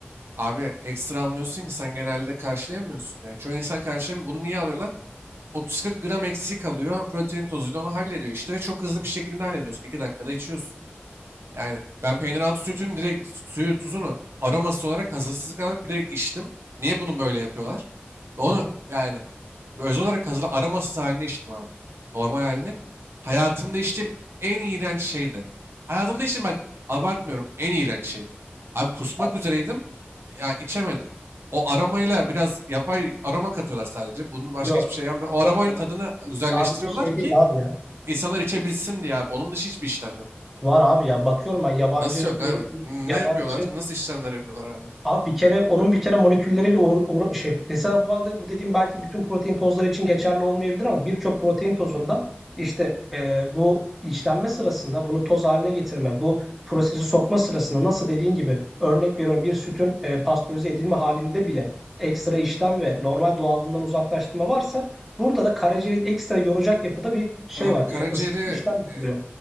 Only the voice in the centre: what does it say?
Hı hı.
Ha,
Yok
yok
ya.
Sadece
şey değil
abi ya.
Var abi ya. Bakıyorum ben yabancı
yabancı
Abi bir kere onun bir kere molekülleriyle uğra uğra- şey mesela bu anda bu dediğim belki bütün protein tozları için geçerli olmayabilir ama birçok protein tozunda işte e, bu işlenme sırasında bunu toz haline getirme, bu prosesi sokma sırasında nasıl dediğin gibi örnek veriyorum bir sütün e, pastörize edilme halinde bile ekstra işlem ve normal doğallığından uzaklaştırma varsa burada da karaciğeri ekstra yoracak yapıda bir şey
var.
E, ıs- işlem yapılıyor.